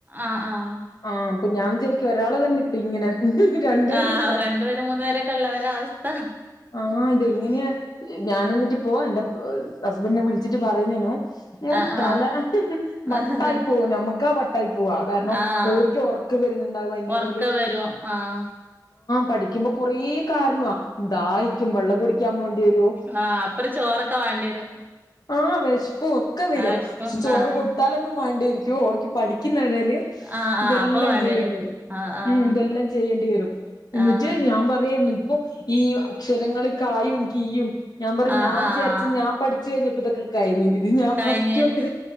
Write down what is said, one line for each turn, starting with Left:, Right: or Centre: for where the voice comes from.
Right: ആഹ് ആഹ്
Left: ആഹ ഞാൻ വിചാരിക്കും ഒരാളെ തന്നെ ഇപ്പ ഇങ്ങനെ രണ്ട് പേരും
Right: ആഹ് രണ്ടു പേരും മൂന്നു പേരൊക്കെ ഉള്ളവരെ അവസ്ഥ
Left: ആ അത്
Right: ഉം
Left: എങ്ങനെയാ ഞൻ എന്നിട്ട് പോ എന്റെ ഹസ്ബൻഡിനെ വിളിച്ചിട്ട് പറയുന്നേനു ഓ
Right: ആഹ്
Left: തല
Right: ആഹ്
Left: വട്ടായി പോക നമ്മുക്ക വട്ട് ട്ടായി പോവാ കാരണം
Right: ആഹ്
Left: ഓരിക്ക് ഉറക്ക് വരുന്നുണ്ടാവും അതിന്റെ
Right: ഒറക്കം
Left: ഇടൽ
Right: വരും ആഹ്
Left: പഠിക്കുമ്പോ കൊറേ കാരണാ ന്തായിക്കും വെള്ളം കുടിക്കാൻ വേണ്ടി വരൂ
Right: ആഹ് അപ്പൊരു ചോറൊക്കെ വാണ്ടിരും
Left: ആ വെ പ്പം ഒക്കെ വരും
Right: ആഹ് ഇപ്പം
Left: ക്ഷെ ചോറ്
Right: ആഹ്
Left: കൊടുത്താലൊന്നും വേണ്ടയിരിക്കും ഓർക്ക് പഠിക്കുന്നടയ്ല്
Right: ആഹ്
Left: ഇതെല്ല-
Right: ആഹ് അപ്പൊ
Left: എല്ലാം
Right: വേണ്ടിരും
Left: ചെയ്യേണ്ടി വരും
Right: ആഹ് ആഹ്
Left: ഉം ഇതെല്ലാം ചെയ്യേണ്ടി വരും. എന്നിട്ട്
Right: ആഹ്
Left: ഞാൻ പറയാരുന്നു ഇപ്പൊ ഈ അക്ഷരങ്ങള് കായും കീയും. ഞാ പറും
Right: ആഹ്
Left: ഞാ
Right: ആഹ്
Left: വിചാര്ച്ചു ഞാ പഠ്ച്ച് കയ്ഞ്ഞപ്പോ ഇതൊക്കെ കയ്ഞ്ഞു ഇത് ഞാൻ
Right: കഴിഞ്ഞേന്
Left: ഫസ്റ്റൊട്ട്